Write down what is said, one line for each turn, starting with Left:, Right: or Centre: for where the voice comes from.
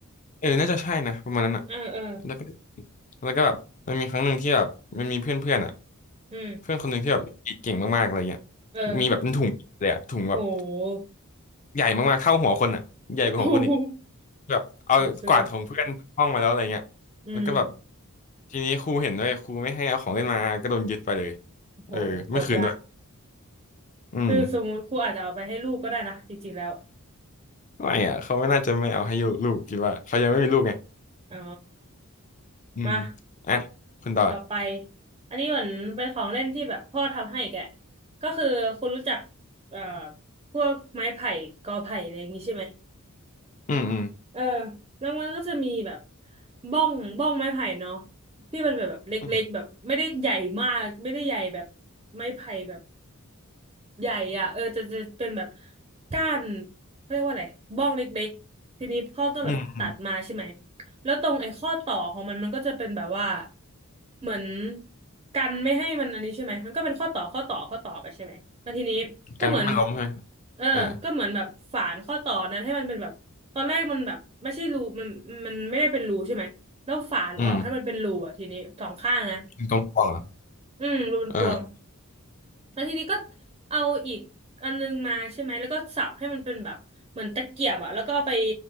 Left: เออ น่าจะใช่นะประมาณนั้นอ่ะ
Right: เออเออ
Left: แล้วก็แล้วก็แบบมันมีครั้งหนึ่งที่แบบมันมีเพื่อนเพื่อนอ่ะ
Right: อืม
Left: เพื่อนคนหนึ่งที่แบบเก่งมากๆอะไรเงี้ย
Right: เออ
Left: มีแบบเป็นถุงเลยอ่ะถุงแบบ
Right: โห <laughs>
Left: ใหญ่มากๆเท่าหัวคนอ่ะใหญ่กว่าหัวคนอีก
Right: โห
Left: แบบเอากวาดของเพื่อนห้องมาแล้วอะไรเงี้ยแล้วก็แบบ
Right: โหเสียเลยอืม
Left: ทีนี้ครูเห็นด้วยครูไม่ให้เอาของเล่นมาก็โดนยึดไปเลย
Right: โหจบละ
Left: เออไม่คืนด้วยอืม
Right: คือสมมุติครูอาจจะเอาไปให้ลูกก็ได้นะจริงๆแล้ว
Left: ไม่อ่ะเขาไม่น่าจะไม่เอาให้ลูกคิดว่าเขายังไม่มีลูกไง
Right: อ๋อ
Left: อืม
Right: มา
Left: อ่ะคุณต่อ
Right: ต่อไปอันนี้เหมือนเป็นของเล่นที่แบบพ่อทำให้แกก็คือคุณรู้จักเอ่อพวกไม้ไผ่กอไผ่อะไรอย่างงี้ใช่ไหม
Left: อืมอืม
Right: เออแล้วมันก็จะมีแบบบ้องบ้องไม้ไผ่เนาะที่มันแบบแบบเล็กๆแบบไม่ได้ใหญ่มากไม่ได้ใหญ่แบบ
Left: อืม
Right: ไม้ไผ่แบบ ใหญ่อ่ะเออจะจะเป็นแบบก้านเขาเรียกว่าอะไรบ้องเล็กๆทีนี้พ่อก็แบบตัดมาใช่ไหม
Left: อืม
Right: แล้วตรงไอ้ข้อต่อของมันมันก็จะเป็นแบบว่าเหมือนกันไม่ให้มันอันนี้ใช่ไหมมันก็เป็นข้อต่อข้อต่อข้อต่อไปใช่ไหมแล้วทีนี้ก็เหมือน
Left: กันไม่ให้มันล้มใช่ไหม
Right: เออก็เหมือนแบบฝานข้อต่อนั้นให้มันเป็นแบบตอนแรกมันแบบไม่ใช่รูมันมันไม่ได้เป็นรูใช่ไหมแล้วฝานออกให้มันเป็นรูอ่ะทีนี้สองข้างนะ
Left: เอออืมยิงตองปองเหรอ
Right: อืมรูเป็นพวง
Left: เออ
Right: แล้วทีนี้ก็เอาอีกอันนึงมาใช่ไหมแล้วก็สับให้มันเป็นแบบเหมือนตะเกียบอะแล้วก็เอาไป